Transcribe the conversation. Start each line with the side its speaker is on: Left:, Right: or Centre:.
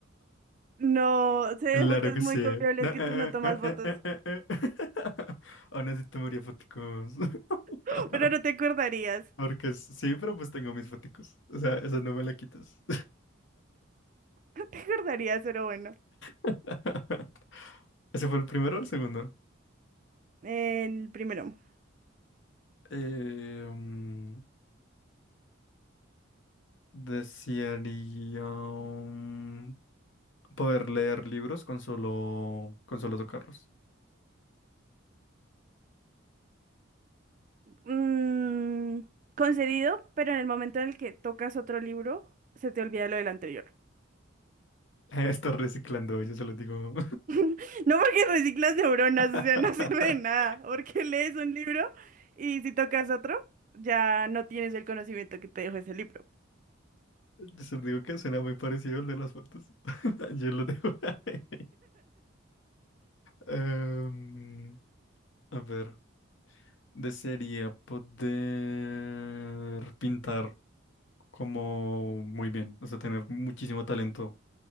Right: No, sé de
Left: Claro
Right: fuentes
Left: que
Right: muy
Left: sí.
Right: confiables
Left: No, eh,
Right: que tú no tomas
Left: eh,
Right: fotos,
Left: eh, eh, eh, eh, eh. <laughs> Aún así tomaría foticos. <laughs>
Right: <laughs> pero no te acordarías. <laughs>
Left: Porque sí, pero pues tengo mis foticos. O sea, eso no me la quitas.
Right: No te acordarías, pero bueno.
Left: <laughs> ¿Ese fue el primero o el segundo?
Right: El primero.
Left: Eh, mm, desearía. mm, poder leer libros con solo, con solo tocarlos.
Right: Mm, concedido, pero en el momento en el que tocas otro libro, se te olvida lo del anterior.
Left: <laughs> Estoy reciclando, yo se lo digo.
Right: <laughs> No porque reciclas neuronas, o
Left: <laughs>
Right: sea, <laughs> no sirve de nada, porque lees un libro y si tocas otro, ya no tienes el conocimiento que te dejó ese libro.
Left: Yo se lo digo que suena muy parecido al de las fotos. <laughs> Yo lo digo. <laughs> Em, a ver, desearía poder pintar como muy bien, o sea, tener muchísimo talento